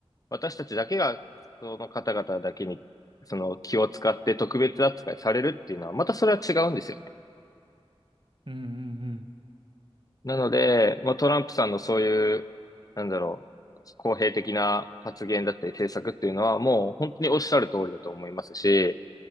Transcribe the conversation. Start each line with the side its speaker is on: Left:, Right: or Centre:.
Left: 私たちだけが、その方々だけに、その気を使って特別扱いされるっていうのは、またそれは違うんですよ。
Right: うんうん
Left: なので、まあ、トランプさんのそういう、なんだろう、公平的な発言だったり政策っていうのはもう本当におっしゃる通りだと思いますし、